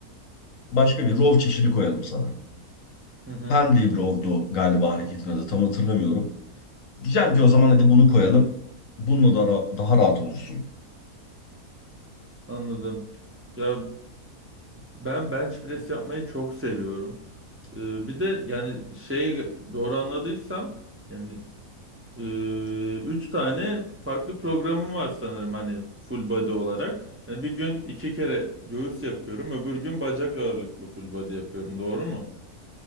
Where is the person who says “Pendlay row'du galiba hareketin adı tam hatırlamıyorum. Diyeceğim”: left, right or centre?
Left